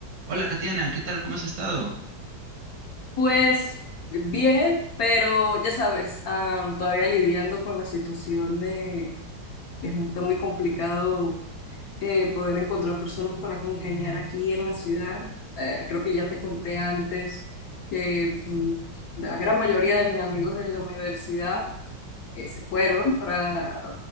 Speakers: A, on the right; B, on the left.
A: Hola, Katiana, ¿qué tal? ¿Cómo has estado?
B: Pues bien, pero ya sabes, am, todavía lidiando con la situación de que es muy, está muy complicado eh, poder encontrar personas para congeniar aquí en la ciudad. Eh, creo que ya te conté antes que mm, la gran mayoría de mis amigos de la universidad eh, se fueron para